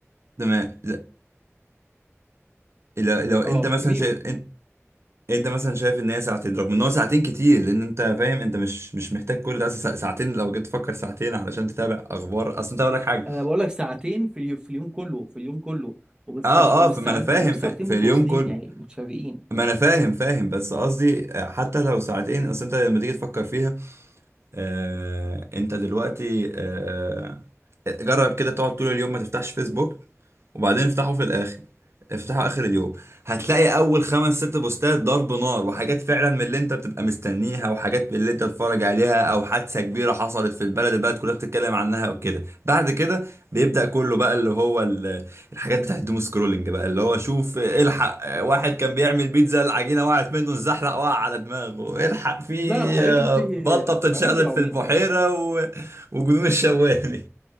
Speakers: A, on the right (about 60°); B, on the right (about 15°).
A: تمام لا، لو لو انت
B: اه
A: مثلا
B: كبير
A: شايف انت انت مثلا شايف ان هي ساعتين رغم ان هو ساعتين كتير لان انت فاهم انت مش مش محتاج كل ده اصل ساعتين لو جيت تفكر ساعتين علشان تتابع اخبار اصل انت اقول لك حاجه
B: انا بقول لك ساعتين في اليوم في اليوم كله في اليوم كله وبس
A: اه
B: ومش
A: اه فما
B: ساعت-
A: انا فاهم
B: مش
A: في,
B: ساعتين
A: في
B: متواصلين
A: اليوم كله
B: يعني متفرقين
A: ما انا فاهم فاهم بس قصدي آه، حتى لو ساعتين اصل انت لما تيجي تفكر فيها آه انت دلوقتي آه آه، جرب كده تقعد طول اليوم ما تفتحش فيسبوك وبعدين افتحه في الاخر افتحه اخر اليوم هتلاقي اول خمس ست بوستات ضرب نار وحاجات فعلا من اللي انت بتبقى مستنيها وحاجات من اللي انت بتتفرج عليها او حادثه كبيره حصلت في البلد البلد كلها بتتكلم عنها وكده بعد كده بيبدا كله بقى اللي هو ال- الحاجات بتاعت الدوم سكرولنج بقى اللي هو شوف الحق واحد كان بيعمل بيتزا العجينه وقعت منه الزحلق وقع على دماغه الحق في
B: لا الحاجات
A: آه،
B: دي
A: بطه
B: الحاجات
A: بتتشقلب
B: دي عبيطة
A: في البحيره و... وجنون الشوالي